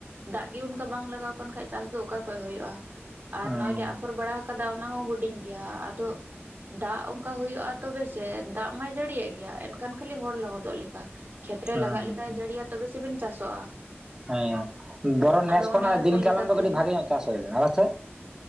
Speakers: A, on the right; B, on the right.
A: ᱫᱟᱜᱽ ᱜᱮ ᱚᱱᱠᱟ ᱵᱟᱝ ᱞᱟᱜᱟᱣ ᱠᱟᱱ ᱠᱷᱟᱡ, ᱪᱟᱥ ᱫᱚ ᱚᱠᱟ ᱠᱷᱚᱡ ᱦᱩᱭᱩᱜᱼᱟ᱾ ᱟᱨ
B: ᱦᱩᱸ
A: ᱱᱚᱜᱼᱚᱭ ᱞᱮ ᱟᱯᱷᱚᱨ ᱵᱟᱲᱟ ᱦᱟᱠᱟᱫᱟ ᱚᱱᱟ ᱦᱚᱸ ᱦᱩᱰᱤᱧ ᱜᱮᱭᱟ, ᱟᱫᱚ ᱫᱟᱜ ᱚᱱᱠᱟ ᱦᱩᱭᱩᱜᱼᱟ ᱛᱚᱵᱮ ᱥᱮ, ᱫᱟᱜ ᱢᱟᱭ ᱡᱟᱹᱲᱤᱭᱟᱜ ᱜᱮᱭᱟ ᱮᱱᱠᱷᱟᱱ ᱠᱷᱟᱹᱞᱤ ᱦᱚᱲ ᱞᱚᱦᱚᱫᱚᱜ ᱞᱮᱠᱟ᱾ ᱠᱷᱮᱛ ᱨᱮ
B: ᱦᱩᱸ
A: ᱞᱟᱜᱟᱜ
B: ᱦᱩᱸ
A: ᱞᱮᱠᱟᱭ ᱡᱟᱹᱲᱤᱭᱟ ᱛᱚᱵᱮ ᱥᱮᱵᱤᱱ ᱪᱟᱥᱚᱜᱼᱟ᱾
B: ᱦᱮᱸ ᱵᱚᱨᱚᱱ ᱱᱮᱥ
A: ᱟᱫᱚ
B: ᱠᱷᱚᱱᱟᱜ
A: ᱚᱱᱮ ᱚᱱᱠᱟ
B: ᱫᱤᱱ ᱠᱟᱞᱚᱢ
A: ᱞᱮᱠᱟᱛᱮ
B: ᱫᱚ ᱠᱟᱹᱴᱤᱡ ᱵᱷᱟᱜᱮ ᱧᱚᱜ ᱪᱟᱥ ᱦᱩᱭ ᱞᱮᱱᱟ ᱵᱟᱥᱮ?